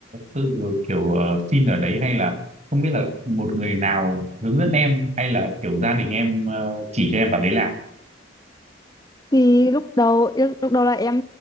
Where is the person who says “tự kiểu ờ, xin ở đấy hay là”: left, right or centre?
Right